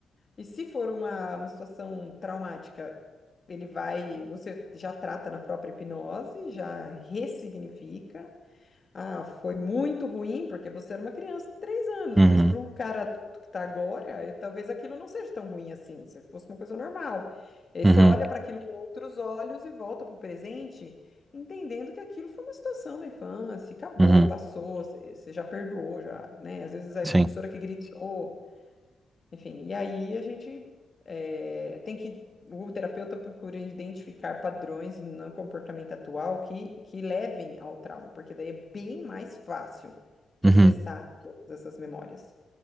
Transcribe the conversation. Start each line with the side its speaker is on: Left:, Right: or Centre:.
Left: E se for uma, uma situação traumática, ele vai, você já trata na própria hipnose, já ressignifica. Ah, foi muito ruim porque você era uma criança de três anos,
Right: Uhum,
Left: mas para o cara adulto que está agora, eh, talvez aquilo não seja tão ruim assim, se fosse uma coisa normal. E aí
Right: uhum,
Left: você olha para aquilo com outros olhos e volta para o presente, entendendo que aquilo foi uma situação da infância, acabou,
Right: uhum,
Left: passou, você, você já perdoou, já, né? Às vezes é a
Right: sim.
Left: professora que gritou, enfim, e aí a gente eh, tem que. O terapeuta procura identificar padrões no comportamento atual que, que levem ao trauma, porque daí é bem mais fácil de
Right: Uhum.
Left: acessar todas essas memórias.